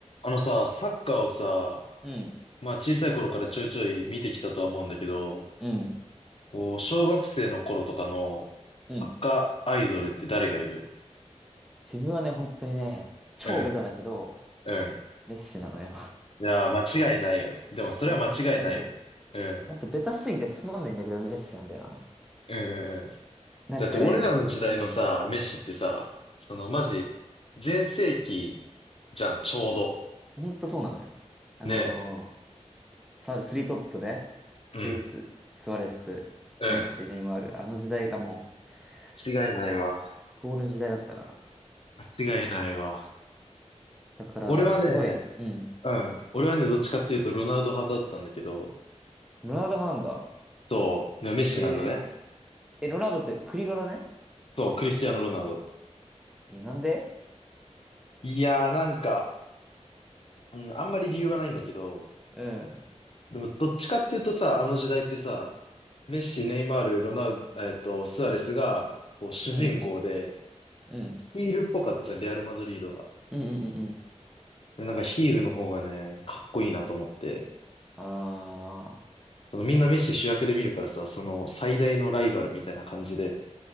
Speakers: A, on the left; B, in the centre.
A: あのさ、サッカーをさ、
B: うん、
A: まあ小さい頃からちょいちょい見てきたとは思うんだけど、
B: うん、
A: こう小学生の頃とかのサッカーアイドルって誰がいる
B: うん。自分はね、本当にね、超ベタだけど、
A: うん、うん。
B: メッシなのよ。
A: いやー、間違いないよ。でもそれは間違いないよ。
B: <laughs> 間違いない。
A: うん、
B: 本当ベタすぎてつまんないんだけど、メッシなんだよな。
A: うん、うん、うん。
B: なんかね、
A: だって俺らの時代のさ、
B: うん。
A: メッシってさ、そのマジ、全盛期じゃん、ちょうど。
B: 本当そうなのよ。あのー
A: ねえ。
B: さスリートップね、
A: うん、
B: ルイス、スアレス、
A: うん。
B: メッシ、ネイマール、あの時代がもう、
A: 間違いないわ。
B: 至高の、至高の時代だったな。
A: 間違いないわ。
B: だから、
A: 俺はね、
B: すごい、うん。
A: うん。俺はね、どっちかっていうとロナウド派だったんだけど、
B: ロナウド派なんだ。
A: そう、でもメッシなんだね。
B: えー、え、ロナウドってクリロナね
A: そう、クリスティアーノ・ロナウド。
B: えなんで
A: いやー、なんか、うん、あんまり理由はないんだけど、
B: うん、
A: でもどっちかっていうとさ、あの時代ってさ、メッシ、ネイマール、ロナウ、えっと、スアレスが、こう、主人公で、
B: うん、うん。
A: ヒールっぽかったじゃん、レアル・マドリードが。
B: うんうんうんうん。
A: で、なんかヒールの方がね、かっこいいなと思って、
B: ああ、
A: そのみんなメッシ主役で見るからさ、その最大のライバルみたいな感じで、